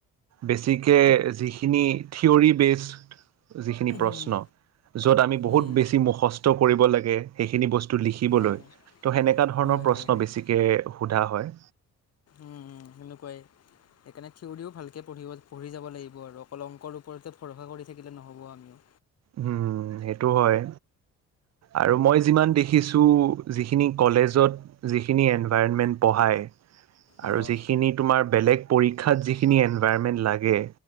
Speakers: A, on the right; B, on the left.
A: বেছিকে যিখিনি থিয়ৰী বেছ যিখিনি
B: উম
A: প্ৰশ্ন য'ত, আমি বহুত
B: উম
A: বেছি মুখস্থ কৰিব লাগে। সেইখিনি বস্তু লিখিবলৈ
B: হয় হয়
A: ত সেনেকোৱা ধৰণৰ
B: হয় হয় হয়
A: বেছিকে সোধা হয়।
B: উম, উম', সেনেকুৱাই মানে থিয়ৰিও ভালকে পঢ়িব পঢ়ি যাব লাগিব আৰু অকল অংকৰ ওপৰত ভৰসা কৰি থাকিলে নহ'ব আমিও।
A: উম', সেইটো হয় আৰু মই যিমান দেখি খিছোঁ, যিখিনি কলেজত যিখিনি এনভাইৰণমেণ্ট পঢ়ায়
B: অঁ
A: আৰু যিখিনি তোমাৰ বেলেগ পৰীক্ষাত যিখিনি এনভাইৰমেণ্ট লাগে